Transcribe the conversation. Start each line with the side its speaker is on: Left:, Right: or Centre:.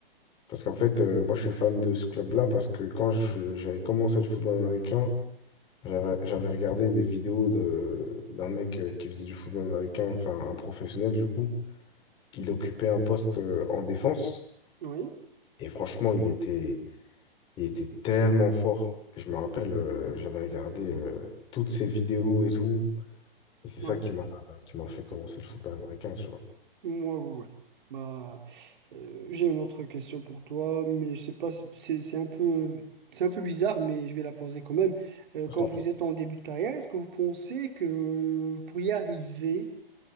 Left: parce qu'en fait, euh, moi, je suis fan de ce club-là parce que quand je- j'avais commencé le football américain, j'avais, j'avais regardé des vidéos de, d'un mec euh, qui faisait du football américain, enfin, un professionnel, du coup. Il occupait un poste euh, en défense
Right: oui,
Left: et franchement, il était, il était tellement fort. Je me rappelle, euh, j'avais regardé euh, toutes ses vidéos et tout. Et c'est
Right: oui.
Left: ça qui m'a, qui m'a fait commencer le football américain, tu vois.
Right: Moi, oui. oui. Bah, euh, j'ai une autre question pour toi, mais c'est pas, c'est, c'est un peu, c'est un peu bizarre, mais je vais la poser quand même. Euh,
Left: Je
Right: quand
Left: t'en
Right: vous
Left: prie,
Right: êtes en début de carrière, est-ce que vous pensez que vous pourriez arriver